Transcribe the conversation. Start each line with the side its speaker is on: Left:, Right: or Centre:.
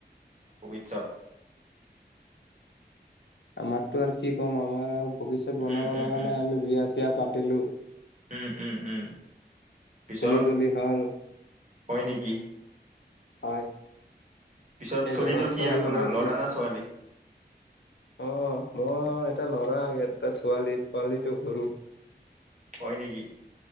Right: ভৱিষ্যত।
Left: আমাৰতো আৰু কি ক'ম আমাৰ আৰু ভৱিষ্যত বনাব
Right: উম উম
Left: লগা
Right: উম
Left: নাই আমি বিয়া চিয়া পাতিলো।
Right: উম উম উম। পিছত
Left: চলি তলি হ'ল।
Right: হয় নেকি?
Left: হয়।
Right: পিছত
Left: সেই
Right: চলিতটো
Left: ল'ৰা
Right: কি
Left: ছোৱালীবোৰক
Right: আপোনাৰ ল'ৰা না ছোৱালী?
Left: অ মোৰ এটা ল'ৰা আৰু এটা ছোৱালী, ছোৱালীটো সৰু।
Right: হয় নেকি?